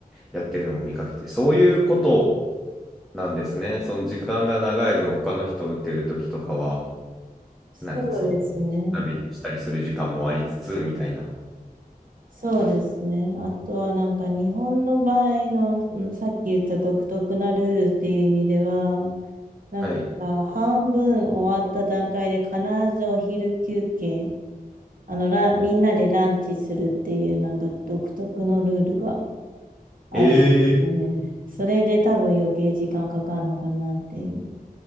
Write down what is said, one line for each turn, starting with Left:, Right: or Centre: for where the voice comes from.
Centre: やってるのも見かけて、そういうことを、なんですね。その時間が長い分、他の人を打ってる時とかは、なんかその、
Right: そうですね。
Centre: 旅したりする時間もありつつ、みたいな。
Right: そうですね。あとはなんか日本の場合の、うんさっき言った独特なルールっていう意味では、なんか、
Centre: はい。
Right: 半分終わった段階で必ずお昼休憩、あの、ラン、みんなでランチするっていう、なんか独特のルールがあるんですね。
Centre: えー、
Right: それで多分余計時間かかるのかなっていう。